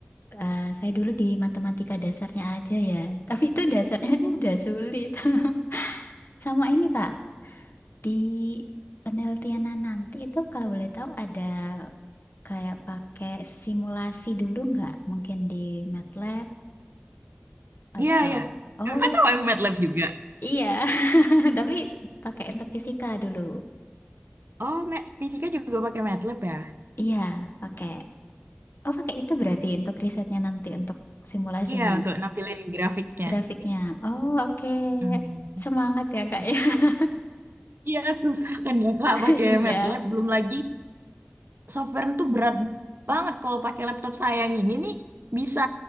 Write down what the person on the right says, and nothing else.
Iya, iya.
Kakak tahu yang MATLAB juga?
Oh, Ma- fisika juga pakai MATLAB ya?
Iya, untuk nampilin grafiknya.
Hmm.
Gitu.
Iya, susah kan ya Kak pakai
MATLAB, belum lagi software itu berat banget kalau pakai laptop saya yang ini nih bisa